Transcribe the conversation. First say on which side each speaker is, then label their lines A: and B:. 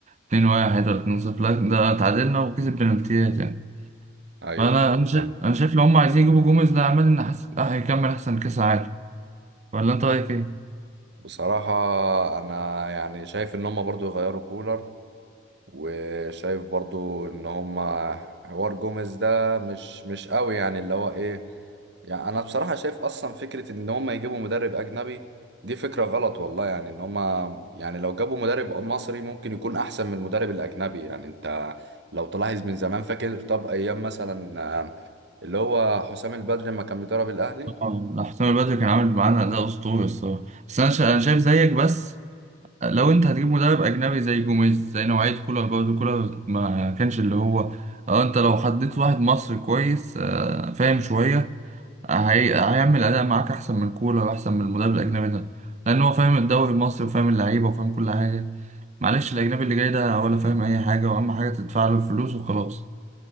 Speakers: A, on the right (about 35°); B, on the right (about 55°).
A: اتنين واحد ولا اتنين صفر لا ده اتعادلنا وكسب بنالتيات يعني
B: أيوه
A: فانا انا شايف
B: فاهم
A: انا شايف لو هم عايزين يجيبوا جوميز ده عماد النحاس آه، هيكمل احسن كاس عالم ولا انت رايك ايه؟
B: بصراحة أنا يعني شايف إن هما برضو يغيروا كولر وشايف برضو ان هما حوار جوميز ده مش مش قوي يعني اللي هو ايه يعني انا بصراحة شايف اصلا فكرة ان هما يجيبوا مدرب اجنبي دي فكرة غلط والله يعني ان هما يعني لو جابوا مدرب مصري ممكن يكون احسن من المدرب الاجنبي يعني انت لو تلاحظ من زمان فاكر طب ايام مثلا آه، اللي هو حسام البدري لما كان بيدرب الاهلي
A: اه لا، حسام البدري كان عامل معانا اداء اسطوري الصراحه بس انا شا- انا شايف زيك بس لو انت هتجيب مدرب اجنبي زي جوميز زي نوعيه كولر برضه كولر ما كانش اللي هو اه انت لو حطيت واحد مصري كويس آه، فاهم شويه هي... هيعمل أداء معاك أحسن من كولر وأحسن من المدرب الأجنبي ده لأن هو فاهم الدوري المصري وفاهم اللعيبة وفاهم كل حاجة معلش الأجنبي اللي جاي ده ولا فاهم أي حاجة وأهم حاجة تدفع له الفلوس وخلاص